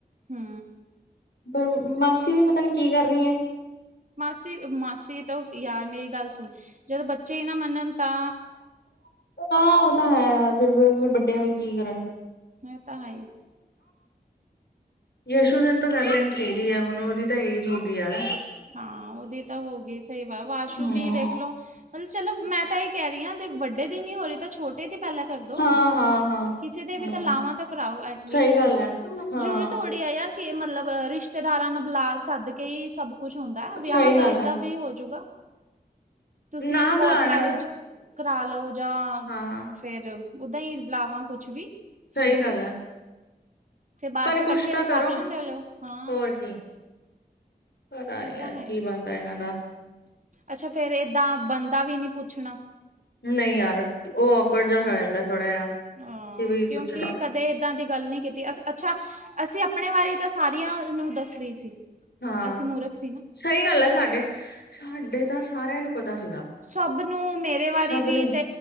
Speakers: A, on the right; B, on the left.
A: ਹੂੰ।
B: <unintelligible> ਮਾਸੀ ਵੀ ਪਤਾ ਨੀ ਕੀ ਕਰ ਰੀ ਐ।
A: ਮਾਸੀ ਮਾਸੀ ਤਾਂ ਯਾਰ ਮੇਰੀ ਗੱਲ ਸੁਨ ਜਦੋਂ ਬੱਚੇ ਈ ਨਾ ਮੰਨਨ ਤਾ?
B: ਹਾਂ ਓ ਤਾਂ ਹੈ, <unintelligible> ਯਾਰ ਫੇਰ ਵ ਵੱਡੇਆਂ ਵੀ ਕੀ ਕਰਨ।
A: ਐ ਤਾਂ ਹੈ ਈ।
B: ਯਸ਼ੂ ਨਾਲ ਤਾਂ ਕਰ ਲੈਨੀ ਚਈਦੀ ਆ, ਹੋਨ ਓਦੀ ਤਾਂ ਏਜ ਹੋ ਗਈ ਆ। <unintelligible>
A: ਹਾਂ ਉਹਦੀ ਤਾਂ ਹੋ ਗਈ ਸਹੀ ਵਾ ਆਸ਼ੂ
B: ਹੂੰ
A: ਵੀ ਦੇਖਲੋ ਮਤਲਬ ਚਲੋ ਮੈਂ ਤਾਂ ਇਹ ਕਹਿ ਰਹੀ ਹਾਂ ਜੇ ਵੱਡੇ ਦੀ ਨਿ ਹੋ ਰਹੀ ਤਾਂ ਛੋਟੇ ਦੀ ਪਹਿਲਾਂ ਕਰਦੋ
B: ਹਾਂ ਹਾਂ ਹਾਂ
A: ਕਿਸੇ ਦੇ
B: ਹੂੰ
A: ਵੀ ਤਾਂ ਲਾਵਾਂ ਤਾਂ ਕਰਾਓ ਐਟਲੀਸਟ
B: ਸਹੀ ਗੱਲ ਹੈ ਹਾਂ।
A: ਜਰੂਰਤ ਥੋੜੀ ਆ ਯਾਰ ਕੇ ਮਤਲਬ ਰਿਸ਼ਤੇਦਾਰਾਂ ਨੂੰ ਬੁਲਾ ਕੇ ਸੱਦ ਕੇ ਹੀ ਸਭ ਕੁਛ ਹੁੰਦਾ ਹੈ ਵਿਆਹ
B: ਸਹੀ
A: ਤਾਂ
B: ਗੱਲ
A: ਏਦਾਂ
B: ਆ।
A: ਵੀ ਹੋਜੂਗਾ ਤੁਸੀਂ
B: ਨਾ
A: ਕੋਰਟ
B: ਬੁਲਾਣ
A: ਮੈਰਿਜ ਕਰਾ ਲਓ ਜਾਂ
B: ਹਾਂ।
A: ਫੇਰ ਓਦਾ ਹੀ ਲਾਵਾਂ ਕੁਛ ਵੀ ਫੇਰ
B: ਸਹੀ ਗੱਲ ਹੈ,
A: ਫਿਰ ਬਾਅਦ
B: ਪਰ
A: ਚ ਇਕੱਠੇ
B: ਕੁਛ ਤਾਂ
A: ਰਿਸੈਪਸ਼ਨ
B: ਕਰੋ
A: ਦੇ ਲਓ ਹਾਂ
B: ਹੋਰ
A: <unintelligible>
B: ਕੀ ਪਤਾ ਨੀ
A: ਇਹ
B: ਯਾਰ
A: ਤਾਂ ਹੈ
B: ਕੀ ਬਣਦਾ ਇਹਨਾਂ ਦਾ
A: ਅੱਛਾ ਫੇਰ ਏਦਾਂ ਬਣਦਾ ਵੀ ਨਹੀਂ ਪੁੱਛਣਾ
B: ਨਹੀਂ ਯਾਰ ਉਹ ਔਕਵਰਡ
A: ਹਾਂ
B: ਜਿਹਾ ਹੋ ਜਾਂਦਾ ਥੋੜਾ ਜਿਹਾ
A: ਹਾਂ
B: ਕਿ ਵੀ
A: ਕਿਉਂਕਿ
B: ਪੁੱਛਣਾ
A: ਕਦੇ ਏਦਾਂ ਦੀ ਗੱਲ ਨੀ ਕੀਤੀ ਅੱਛਾ ਅਸੀਂ ਆਪਣੇ ਬਾਰੇ ਤਾਂ ਸਾਰੀਆਂ ਨੂੰ ਦੱਸਦੀ ਸੀ
B: ਹਾਂ
A: ਅਸੀਂ ਮੂਰਖ ਸੀ ਨਾ
B: ਸਹੀ ਗੱਲ ਹੈ ਸਾਡੇ ਸਾਡੇ ਤਾਂ ਸਾਰਿਆਂ ਨੂੰ ਪਤਾ ਸੀਗਾ
A: ਸਭ ਨੂੰ ਮੇਰੇ ਬਾਰੇ
B: ਸਭ
A: ਵੀ
B: ਨੂੰ
A: ਤੇ